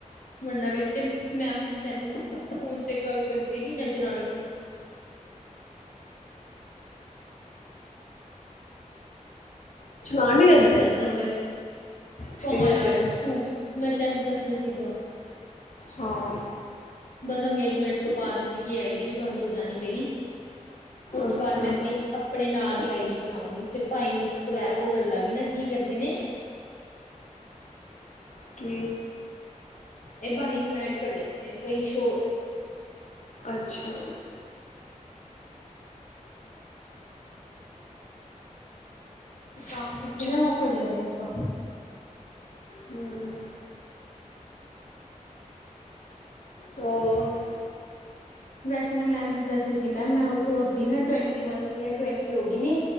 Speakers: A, on the left (about 85°); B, on the left (about 60°).
A: ਵਰਨਾ ਬੇਟੇ ਮੈਂ ਹੁਣ ਤੈਨੂੰ ਫੋਨ ਤੇ ਗੱਲ ਕਰਨ ਦੀ ਨੀ ਨਜ਼ਰ ਆਉਣੀ ਸੀ।
B: ਚਲਾ ਨਹੀਂ
A: ਹੋਰ
B: ਦਿੰਦੇ
A: ਦਸ ਸਮਰ
B: ਠੀਕ
A: ਕਹਾ ਯਾਰ
B: ਹੈ
A: ਤੂੰਹੀ ਮੈਂ ਤੈਨੂੰ ਦੱਸਿਆ ਸੀ ਗਾ
B: ਹਾਂ।
A: ਬਸ ਅੰਗੇਜਮੈਂਟ ਤੋਂ ਬਾਅਦ ਵੀ ਆਈ ਡੀ ਵੀ ਬੰਦ ਹੋ ਜਾਣੀ ਮੇਰੀ ਉਥੋਂ
B: ਅੱਛਾ
A: ਬਾਅਦ ਮੈਂ ਆਪਣੀ ਆਪਣੇ ਨਾਂ ਦੀ ਆਈ ਡੀ ਚਲਾਵਾਂਗੀ ਫਿਰ ਭਾਈ ਨੂੰ ਕੋਲੈ ਉਹ ਕਰ ਲਾਂਗੀ ਨਾ ਕੀ ਕਰਦੇ ਨੇ
B: ਕਿ
A: ਇਹ ਬਾਈ ਨੂੰ ਐਡ ਕਰ ਲੈਂਦੇ ਕਈ ਸ਼ੋ
B: ਅੱਛਾ
A: ਤਾਂ ਕਰਕੇ
B: ਠੀਕ
A: ਨਾ ਉਹ ਕਰ ਲਾਗੇ
B: ਹੈ
A: ਆਪਾਂ
B: ਹਮ ਹੋਰ
A: ਵੈਸੇ ਮੈਂ ਮੈਮ ਨੂੰ ਦੱਸਿਆ ਸੀ ਮੈਮ ਮੈਂਦੀ ਨਾ ਟਵ ਟਵਟੀ ਹੋ ਗਈ ਨੇ